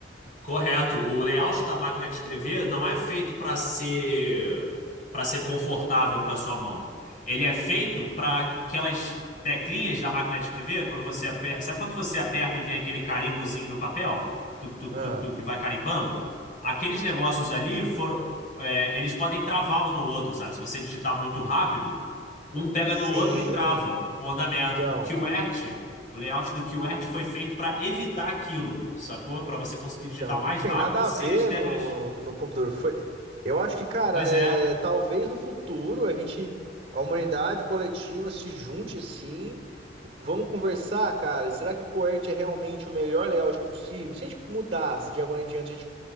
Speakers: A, on the left; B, on the right.
A: Correto. O layout da máquina de escrever não é feito para ser para ser confortável para sua mão. Ele é feito para aquelas teclinhas da máquina de escrever, quando você aperta, sabe quando você aperta e vem aquele carimbozinho no papel? Tuc, tuc,
B: Ah,
A: tuc, tuc, que vai carimbando? Aqueles negócios ali foram, é, eles podem travar um no outro, sabe? Se você digitar muito rápido, um pega
B: sim,
A: no outro e trava o andamento.
B: então.
A: O QWERTY, o layout do QWERTY foi feito para evitar aquilo, sacou? Para você conseguir
B: Então,
A: digitar
B: não
A: mais
B: tem
A: rápido
B: nada
A: sem
B: a ver
A: as teclas.
B: no, no computador. Foi, eu acho que, cara,
A: Pois
B: é,
A: é,
B: talvez no futuro a gente, a humanidade coletiva se junte assim. e Vamos conversar, cara. Será que o coert é realmente o melhor layout possível? Se a gente mudasse de agora em diante, a gente